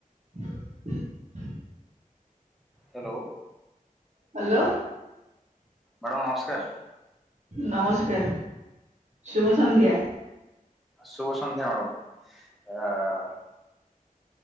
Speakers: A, on the right (about 55°); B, in the centre.
A: <inaudible>
B: Hello
A: hello
B: madam ନମସ୍କାର।
A: ନମସ୍କାର ଶୁଭ ସନ୍ଧ୍ୟା।
B: ଶୁଭସନ୍ଧ୍ୟା ମ୍ୟାଡ଼ାମ ଆଃ